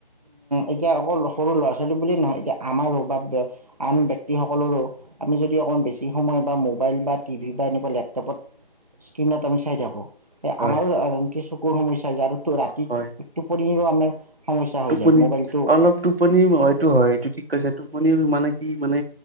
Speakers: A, on the right (about 40°); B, on the right (about 80°).
A: এতিয়া আকৌ সৰু ল'ৰা ছোৱালী বুলিয়ে নহয় এতিয়া আমাৰো বা আন ব্যক্তিসকলৰো আমি যদি অকণমান বেছি সময় বা মোবাইল বা টিভি বা এনেকুৱা লেপটপত স্ক্ৰীণত আমি চাই থাকোঁ
B: হয়
A: আমাৰো সাধাৰনতে চকুৰ সমস্যা যাৰ ৰাতি
B: হয়
A: টোপনি তো আমাৰ সমস্যা হৈ
B: টোপনি
A: যায় মোবাইলটো
B: অলপ টোপনি হয়টো হয় এইটো ঠিক কৈছা শুনি শুনি মানে কি মানে